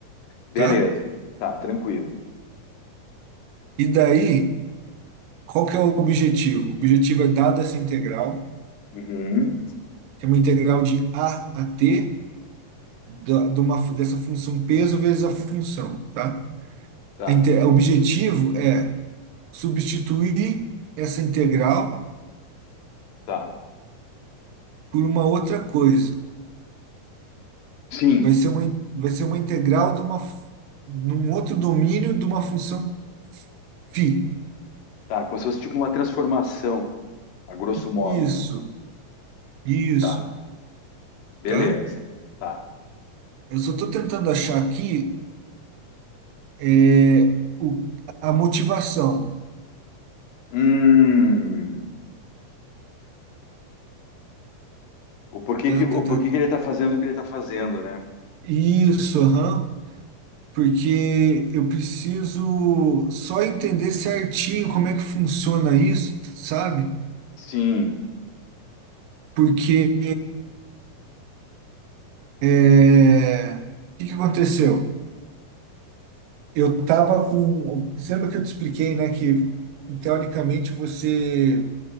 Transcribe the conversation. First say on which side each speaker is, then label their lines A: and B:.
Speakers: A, on the left (about 80°); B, on the right (about 85°).
A: beleza.
B: tá?
A: Tá, tranquilo.
B: E daí, qual que é o objetivo? O objetivo é, dada essa integral,
A: Uhum.
B: É uma integral de A a T da, de uma, dessa função peso vezes a função, tá?
A: Tá,
B: A inte- O objetivo é substituir essa integral
A: tá.
B: por uma outra coisa.
A: Sim,
B: Vai ser uma, in- vai ser uma integral de uma, f- num outro domínio de uma função φ.
A: tá, como se fosse tipo uma transformação, a grosso modo.
B: Isso, isso,
A: Tá, beleza.
B: tá?
A: Tá.
B: Eu só estou tentando achar aqui é, o, a motivação.
A: Hum. O porquê
B: Tá,
A: que,
B: tá,
A: o
B: tá.
A: porquê
B: tá.
A: que ele tá fazendo o que ele tá fazendo, né?
B: Isso, aham. porque eu preciso só entender certinho como é que funciona isso, sabe?
A: Sim,
B: Porque é, o que que aconteceu? Eu tava com. Você lembra que eu te expliquei, né? Que teoricamente você